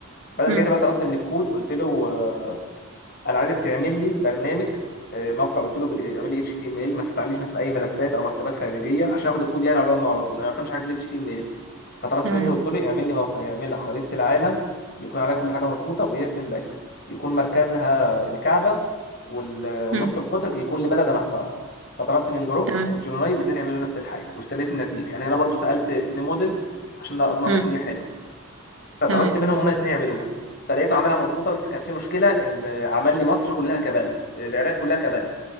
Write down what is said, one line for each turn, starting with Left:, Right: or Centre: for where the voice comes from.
Left: فانا
Right: مم.
Left: جيت بقى طلبت من الكود قلت له آه، انا عايزك تعمل لي برنامج آه، موقع قلت له بال- إيه، اعمل لي اتش تي ام ال ما تستعمليش مثلا اي ملفات او مكتبات خارجيه عشان اخد الكود يعني ارنه على طول انا ما بفهمش حاجه في الاتش تي ام ال فطلبت
Right: تمام
Left: منه قلت له اعمل لي موقع يعمل لك خريطه العالم يكون عليها كل حاجه مظبوطه ويرسم دايره يكون مركزها الكعبه وال- ونص
Right: مم.
Left: القطر يكون لبلد انا اختارها فطلبت من جروك
Right: تمام
Left: ومن جيميناي الاثنين يعملوا نفس الحاجه واستنيت النتيجه يعني انا برضو سالت اتنين موديلز عشان اضمن
Right: امم
Left: نتيجه حلوه فطلبت
Right: تمام
Left: منهم هما الاثنين يعملوها فلقيته عملها مظبوطه بس كان في مشكله ان عمل لي مصر كلها كبلد العراق كلها كبلد